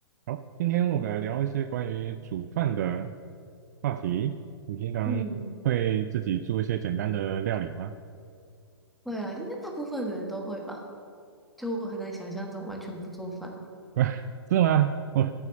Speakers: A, on the right (about 40°); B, in the centre.
A: 好，今天我们来聊一些关于煮饭的话题。你平常会自己做一些简单的料理吗？
B: 嗯，会啊，应该大部分人都会吧。就我很难想象这种完全不做饭的。
A: <laughs> 真的吗？我